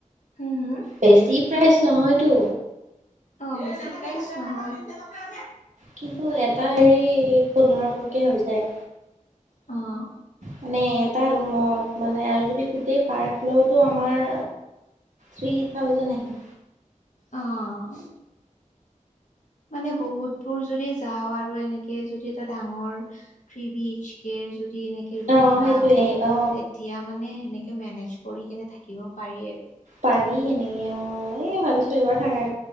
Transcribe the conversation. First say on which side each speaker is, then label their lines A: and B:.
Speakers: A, on the left; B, on the right.
A: হু' হু'?
B: বেছি প্ৰাইচ নহয়তো।
A: অ বেছি প্ৰাইচ নহয়।
B: কিন্তু এটা হেৰি পোন্ধৰশকে হৈ যায়।
A: অঁ।
B: মানে এটা ৰুমত, মানে আৰু যদি গোটেই পাৰ্ট লওতো আমাৰ থ্ৰী থাউজেণ্ড আহে।
A: অঁ। মানে বহুতবোৰ যদি যাওঁ আৰু এনেকে যদি এটা ডাঙৰ থ্ৰী বি এচ কেৰ যদি এনেকে ৰুম
B: অ
A: পাওঁ,
B: সেইটোয়ে অ
A: তেতিয়া মানে সেনেকে মেনেজ কৰি কেনে থাকিব পাৰি আৰু।
B: পাৰি এনেকে, অ' এ ভাবিছো এইবাৰ থাকা